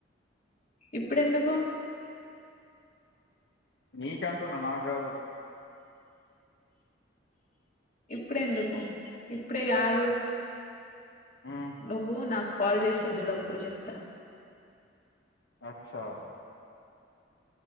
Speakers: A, on the left; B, on the left.
A: ఇప్పుడెందుకు.
B: నీకంటున్నా నాగాదు.
A: ఇప్పుడెందుకు, ఇప్పుడే గాదు.
B: మ్మ్
A: నువ్వు నాకు కాల్ జేస్తావ్ జూడు, అప్పుడు జెప్తా.
B: అచ్చా.